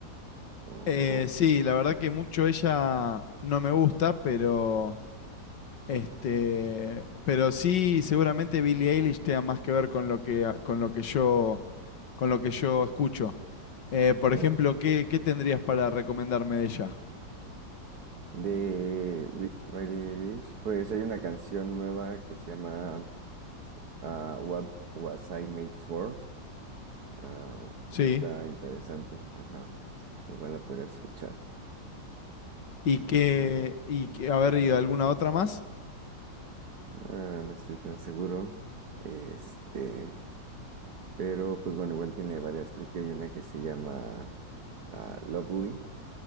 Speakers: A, on the right (about 60°); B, on the left (about 75°).
A: como
B: Eh,
A: pop.
B: sí, la verdad
A: eh,
B: que mucho ella no me gusta, pero este, pero sí, seguramente Billie Eilish tenga más que ver con lo que, a- con lo que yo, con lo que yo escucho. Eh, por
A: bueno.
B: ejemplo, ¿qué, qué tendrías para recomendarme de ella?
A: De Bi- Billie Eilish, pues hay una canción nueva que se llama ah, What Was I Made For. Ah,
B: Sí.
A: está interesante, ajá. Igual la podría escuchar.
B: Y
A: Sí, sí,
B: que,
A: sí.
B: y que, a ver, ¿y alguna otra más?
A: Ah, no estoy tan seguro. Este. Pero pues bueno, igual tiene varias. Creo que hay una que se llama ah, Lovely.